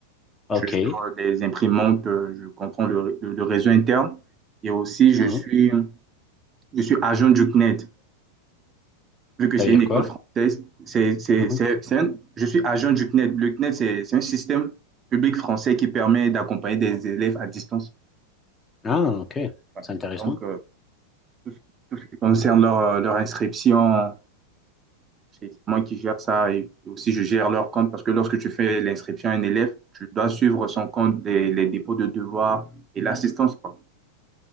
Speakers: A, on the left (about 15°); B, on the right (about 25°).
A: OK.
B: Je gère euh, les imprimantes, euh, je comprends le, ré- le- le réseau interne et aussi je
A: Mhm.
B: suis, je suis agent du CNED. Vu que
A: Ça
B: c'est
A: veut dire
B: une école
A: quoi?
B: française, c'est, c'est,
A: Mhm.
B: c'est, c'est un- je suis agent du CNED. Le CNED, c'est, c'est un système public français qui permet d'accompagner des élèves à distance.
A: Ah, OK.
B: Voilà.
A: C'est intéressant.
B: Donc, euh, tout ce tout ce qui concerne leur, leur inscription, C'est moi qui gère ça et et aussi je gère leur compte parce que lorsque tu fais l'inscription à un élève, tu dois suivre son compte, les, les dépôts de devoirs et l'assistance. quoi.